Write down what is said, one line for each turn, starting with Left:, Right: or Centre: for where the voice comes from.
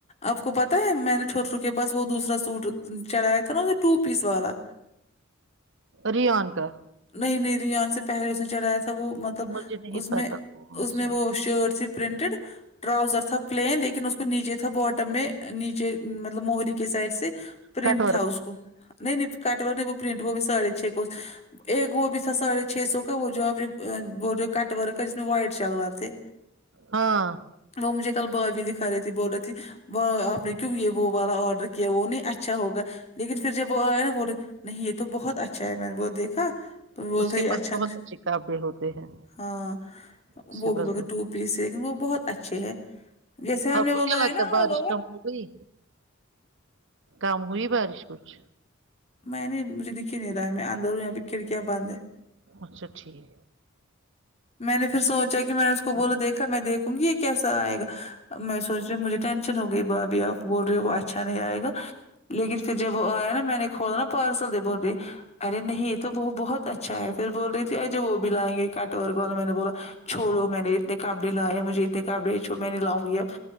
Left: آپ کو پتاہ ہے میں نے ٹھوٹرو کے پاس وہ دوسرا سوٹ چڑھیا تھا نا اسے ٹو پیس والا
Right: ریان کا
Left: نہیں نہیں ریان سے پہلے اس نے چڑھایا تھا وہ ملب مطلب
Right: مجھے نہیں
Left: ا
Right: پتا
Left: میں
Right: کون
Left: ا میں
Right: سا
Left: وہ شرٹ س پرنٹڈ ٹراؤزر تھا پلین لیکن اس کو نیچے تھا باٹم میں نیچے مطلب موہری کے سائڈ پرنٹ
Right: کٹورت
Left: تھا اس کو نہیں نہیں کٹ و نہیں وہ پرنٹ وہ بھی ساھے چھ کو ایک وہ بھی تھا ساڑھے چھ سو کا وہ جو آپ یہ جو کٹ ورک کا جس میں وائٹ شلوار تھے
Right: ہاں
Left: وہ مجھے کل بابی دکھا رہی تھی بول رہے تھی آپ نے کیوں یہ وہ والا آرڈر کیا وہ نہیں اچھا ہوگا لیکن پھر جب وہ آئے نا پے نہیں یہ تو بہت اچھا ہے میں نے وہ دیکھا بولتا
Right: اس کے
Left: ہے یہ
Right: پاس
Left: اچھا
Right: بہت اچھے کپڑے ہوتے ہیں
Left: ہاں
Right: اس
Left: وہ
Right: کے
Left: بھی
Right: پاس
Left: مگر
Right: بہت
Left: ٹوپ پیس لیکن وہ بہت اچھے ہیں جیسے ہم
Right: آپ
Left: نے وہ
Right: کو
Left: لائے
Right: کیا لگتا
Left: نا
Right: ہے بارش
Left: آل اوور
Right: کم ہو گئی کم ہوئی بارش کچھ
Left: میں نہیں مجھے دکھ ہی نہیں رہا ہے میں اندر ہوں یہاں پہ کھڑکیا بند ہے
Right: اچھا ٹھیک
Left: میں نے پھر سوچا کہ میں نے اس کو بولو دیکا میں دیکھوں گی یہ کیسا آئے گا میں سوچ رہی مجھے ٹینشن ہو گئی بھابھی آپ بول رہے ہو اچھا نہیں آئے گا لیکن پھر جب آیا نا میں نے کھولا نا پارسل بول رہی ہے ارے نہیں یہ تو بہت اچھا ہے پھر بول رہی تھی آجے وہ بھی لائیں گے آٹ ور والا میں نے بولا چھوڑو میں نے اتنے کاپڑے لائے مجھے اتنے کاپڑ چو میں نہیں لاؤں گی اب